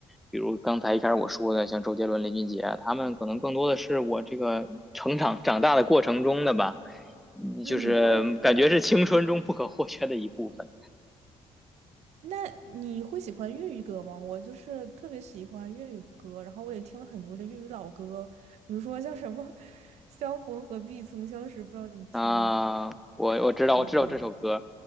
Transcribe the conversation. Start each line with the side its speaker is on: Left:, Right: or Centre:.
Centre: 比如刚才一开始我说的，像周杰伦、林俊杰啊，他们可能更多的是我这个成长长大的过程中的吧，嗯就是感觉是青春中不可或缺的一部分。
Right: 嗯，我也是，那你会喜欢粤语歌吗？我就是特别喜欢粤语歌，然后我也听了很多的粤语老歌，比如说像什么 <laughs>《相逢何必曾相识》，不知道你听没听
Centre: 啊，我我知道，
Right: 过这种
Centre: 我知道这首歌